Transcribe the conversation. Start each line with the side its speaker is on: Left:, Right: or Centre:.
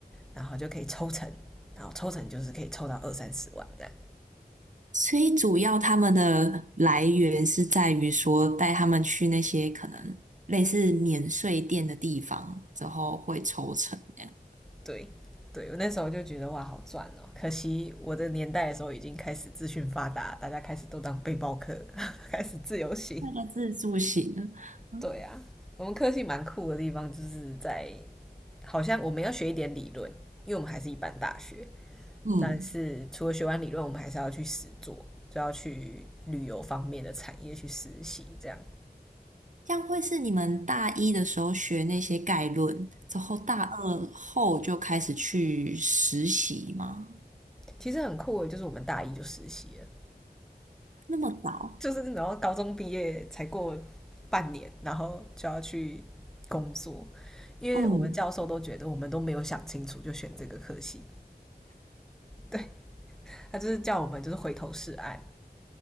Centre: 然后就可以抽成，然后抽成就是可以抽到二三十万这样。
Right: 所以主要他们的来源是在于说带他们去那些可能类似免税店的地方，之后会抽成这样，
Centre: 对，对我那时候就觉得哇，好赚哦！可惜我的年代的时候已经开始资讯发达，大家开始都当背包客，<laughs> 开始自由行。
Right: 那个自助型。嗯
Centre: 对啊，我们科系蛮酷的地方就是在，好像我们要学一点理论，因为我们还是一般大学，
Right: 嗯，嗯
Centre: 但是除了学完理论，我们还是要去实做，就要去旅游方面的产业去实习，这样
Right: 这样会是你们大一的时候学那些概论，之后大二后就开始去实习吗？
Centre: 其实很酷的，就是我们大一就实习了，
Right: 那么早？
Centre: 就是然后高中毕业才过半年，然后就要去工作，因为我们教授都觉得我们都没有想清楚就选这个科系，
Right: 嗯，
Centre: 对他就是叫我们就是回头是岸，